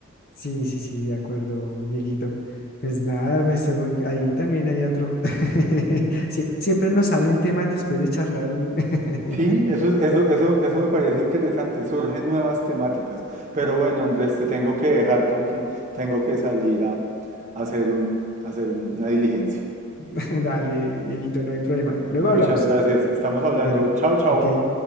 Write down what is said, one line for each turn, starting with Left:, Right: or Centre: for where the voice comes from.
Left: sí, sí, sí, de acuerdo, Dieguito. Pues nada, pues eh, uy, ahí también hay otro. <laughs> Sie- siempre nos salen temas después de charlar un... <laughs>
Right: Sí, eso, es- eso, eso, eso me parece interesante, surgen nuevas temáticas. Pero bueno, Andrés, te tengo que dejar porque tengo que salir a, a hacer un, a hacer una diligencia.
Left: <laughs> Dale, Dieguito, no hay problema. Luego
Right: Muchas
Left: hablamos.
Right: gracias. Estamos hablando.
Left: Bueno,
Right: Chao, chao.
Left: ok.